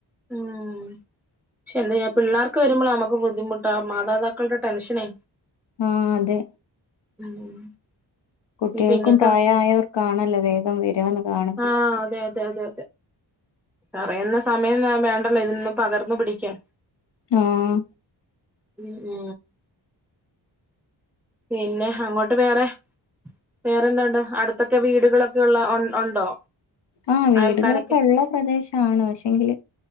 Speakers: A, in the centre; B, on the left.
A: ഉം പക്ഷെ ന്തായ്യാ പിള്ളേർക്ക് വരുമ്പോൾ നമ്ക്ക് ബുദ്ധിമുട്ടാ മാതാപിതാക്കൾടെ ടെൻഷനെ
B: ആ അതെ
A: ഉം
B: കുട്ടികൾക്കും
A: ഇപ്പൊ ഇങ്ങനത്തെ
B: പ്രായമായവർക്കാണല്ലോ
A: അവസ്
B: വേഗം വരാന്ന് കാണുന്നത്.
A: ആഹ് അതെ അതെ അതെ പറയുന്ന സമയം വേണ്ടല്ലോ ഇതിൽ നിന്ന് പകർന്നു പിടിക്കാൻ,
B: ആഹ്
A: ഉ ഉ പിന്നെ, അങ്ങോട്ട് വേറെ. വേറെന്താണ്ട്, അടുത്തൊക്കെ വീടുകളൊക്കെള്ള ഉണ്ടോ?
B: ആഹ് വീടുകളൊക്കെ
A: അയൽക്കാരൊക്കെ
B: ഉള്ള പ്രദേശ്. ആണ് പക്ഷെങ്കില്